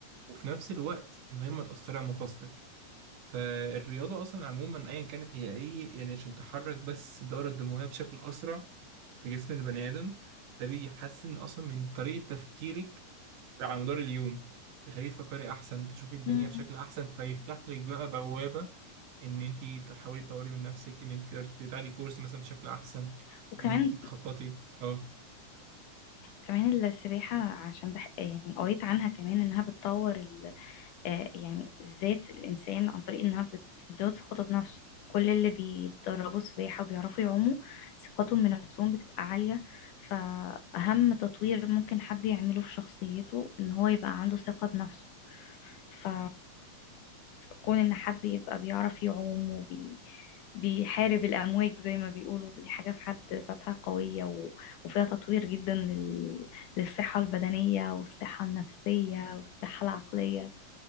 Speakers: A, on the right; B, on the left.
A: وفي نفس الوقت من غير ما تأثري على مفاصلك فالرياضة أصلا عموما أيا كانت هي إيه يعني عشان تحرك بس الدورة الدموية بشكل أسرع في جسم البني آدم ده بيحسن أصلا من طريقة تفكيرك في- على مدار اليوم بيخليك تفكري أحسن تشوفي الدنيا
B: مم.
A: بشكل أحسن فيفتح لك بقى بوابة إن أنت تحاولي تطوري من نفسك إن أنت تقدري تاخدي كورس مثلا بشكل أحسن
B: وكمان
A: إن أنت تخططي أه
B: كمان السباحة عشان بح... يعني قريت عنها كمان إنها بتطور ال... آه، يعني ذات الإنسان عن طريق إنها بت- بتزود ثقته بنفسه كل اللي بيتدربوا سباحة وبيعرفوا يعوموا ثقتهم بنفسهم بتبقى عالية فأهم تطوير ممكن حد يعمله في شخصيته إن هو يبقى عنده ثقة بنفسه ف كون ان حد يبقى بيعرف يعوم وبي بيحارب الأمواج زي ما بيقولوا دي حاجة في حد ذاتها قوية و... وفيها تطوير جدا لل... للصحة البدنية والصحة النفسية والصحة العقلية